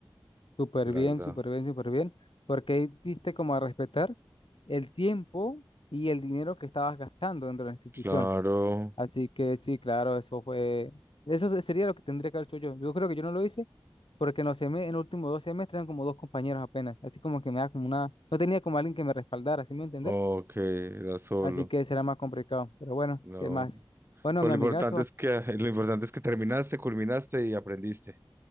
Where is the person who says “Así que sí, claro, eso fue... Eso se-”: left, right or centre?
Left